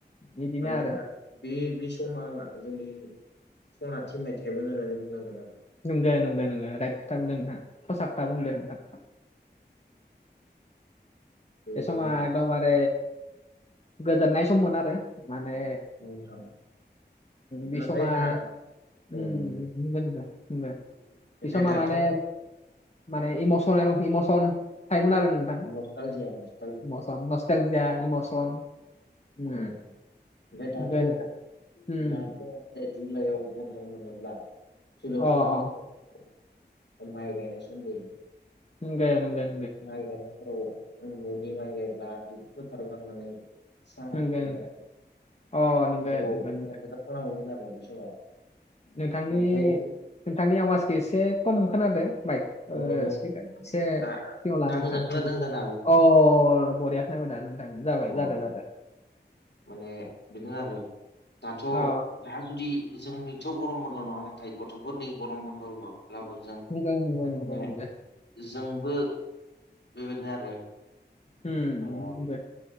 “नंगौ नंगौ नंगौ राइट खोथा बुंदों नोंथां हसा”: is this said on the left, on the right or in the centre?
Left